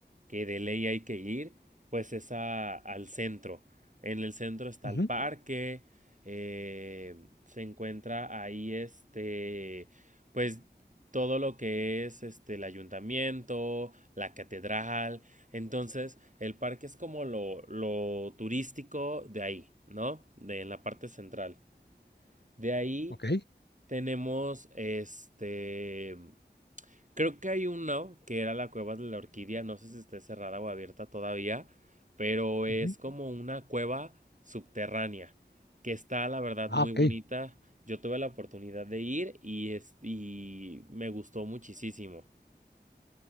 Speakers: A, on the right; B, on the left.
A: que de ley hay que ir, pues es a- al centro. En el centro está
B: ujú,
A: el parque, eh, se encuentra ahí este, pues todo lo que es este el ayuntamiento, la catedral. Entonces, el parque es como lo, lo turístico de ahí, ¿no? De en la parte central. De ahí
B: ok,
A: tenemos este. Creo que hay uno que era la cueva de la orquídea. No sé si esté cerrada o abierta todavía. Pero es
B: ujú.
A: como una cueva subterránea. Que está, la verdad,
B: Ah,
A: muy
B: ok,
A: bonita. Yo tuve la oportunidad de ir y, es- y me gustó muchísimo.